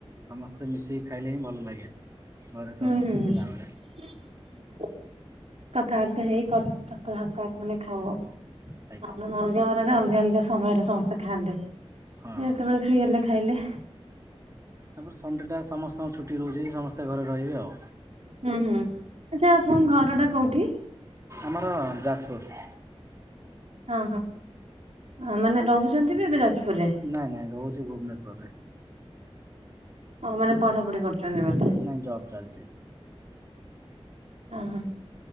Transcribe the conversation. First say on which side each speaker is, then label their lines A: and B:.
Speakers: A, on the right; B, on the right.
A: ସମସ୍ତେ ମିଶିକି ଖାଇଲେ ହିଁ ଭଲ ଲାଗେ। ଘରେ ସମସ୍ତେ
B: ହୁଁ ଉଁ।
A: ଥିଲାବେଳେ
B: କଥାବାର୍ତ୍ତା ହେଇ <inaudible> ଖାଉ
A: ଆଜ୍ଞା
B: ଆଉ ଅଲଗା ବାରରେ ଅଲଗା ଅଲଗା ସମୟରେ ସମସ୍ତେ ଖାଆନ୍ତି। ଜିଏ
A: ହଁ।
B: ଯେତେବେଳେ ଫ୍ରି ହେଲେ ଖାଇଲେ।
A: ତାପରେ ସଣ୍ଡେଟା ସମସ୍ତଙ୍କ ଛୁଟି ରହୁଛି ସମସ୍ତେ ଘରେ ରହିବେ ଆଉ।
B: ହୁଁ ହୁଁ ଆଚ୍ଛା ଆପଣଙ୍କ ଘରଟା କଉଠି?
A: ଆମର ଯାଜପୁର।
B: ହଁ ହଁ ମାନେ ରହୁଛନ୍ତିବିଏବେ ଯାଜପୁରରେ।
A: ନାଇଁ ନାଇଁ ରହୁଛି ଭୁବନେଶ୍ୱରରେ
B: ହ ମାନେ ପଢାପଢି କରୁଛନ୍ତି ବୋ
A: ନାଇଁ ଜବ୍ ଚାଲଛି।
B: ଅ ହଁ।